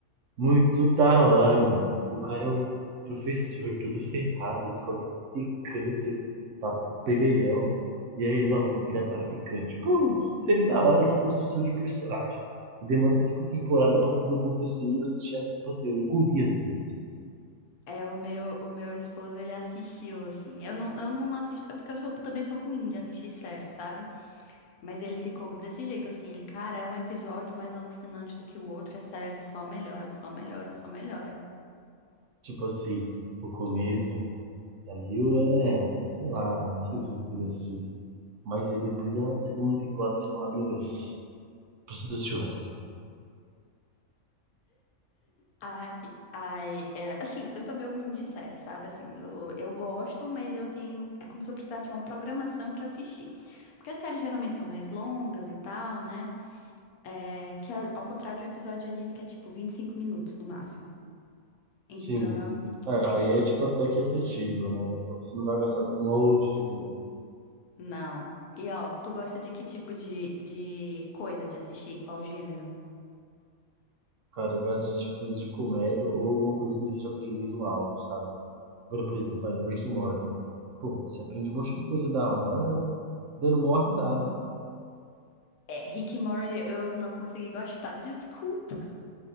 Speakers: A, on the right; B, on the left.
A: Muito da hora, meu. O cara é o professor, todo ferrado, descobre que tem câncer, tá beleléu. E aí, não, vou virar traficante. Pô, que série da hora, que construção de personagem. Demora cinco temporadas pra tudo acontecer e eu assisti assim, assim, eu engoli assim.
B: É, o meu, o meu esposo, ele assistiu, assim. Eu não, eu não assisto, é porque eu sou, também sou ruim de assistir séries, sabe? Mas ele ficou desse jeito, assim. Ele, cara, é um episódio mais alucinante do que o outro, e a série só melhora, só melhora, só melhora.
A: Tipo assim, o começo é meio é, sei lá, não sei se eu queria assistir isso. Mas aí depois da segunda temporada você fala, meu Deus, preciso assistir o resto.
B: Ai, ai, é, assim, eu sou meio ruim de série, sabe? Assim, eu, eu gosto, mas eu tenho. É como se eu precisasse de uma programação pra assistir. Porque as séries geralmente são mais longas e tal, né? É, que ao, ao contrário de um episódio de anime que é tipo 25 minutos no máximo. Então,
A: Sim. É,
B: ai,
A: aí é tipo até que assistível, né? Dá pra- Você não vai gastar um monte de tempo.
B: não. E ó, tu gosta de que tipo de, de coisa de assistir? Qual gênero?
A: Cara, eu gosto de assistir coisa de comédia ou alguma coisa que eu esteja aprendendo algo, sabe? Agora, por exemplo, vai, Rick and Morty. Pô, você aprende um monte de coisa da hora, né? dando mó risada.
B: É, Rick and Morty eu não consegui gostar, <laughs> desculpa.